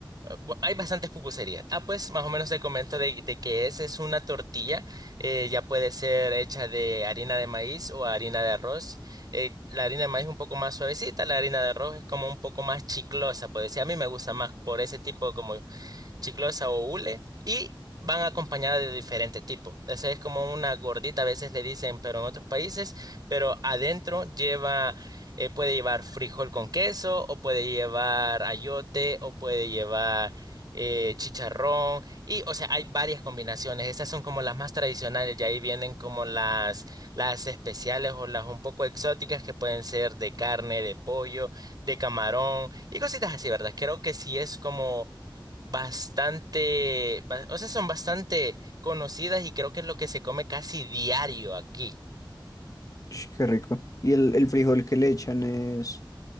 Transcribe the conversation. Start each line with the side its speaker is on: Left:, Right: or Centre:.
Right: eh, bu- Hay bastantes pupuserías. Ah, pues más o menos te comento de, de que es, es una tortilla, eh, ya puede ser hecha de harina de maíz o harina de arroz eh, la harina de maíz es un poco más suavecita, la harina de arroz es como un poco más chiclosa, pues decir, a mí me gusta más por ese tipo como chiclosa o hule y van acompañadas de diferente tipo. Esa es como una gordita, a veces le dicen, pero en otros países, pero adentro lleva, eh, puede llevar frijol con queso o puede llevar ayote o puede llevar eh, chicharrón y, o sea, hay varias combinaciones. Esas son como las más tradicionales y ahí vienen como las, las especiales o las un poco exóticas que pueden ser de carne, de pollo, de camarón y cositas así, ¿verdad? Creo que sí es como bastante, ba- o sea, son bastante conocidas y creo que es lo que se come casi diario aquí.
Left: Ch, Qué rico. ¿Y el, el frijol que le echan es,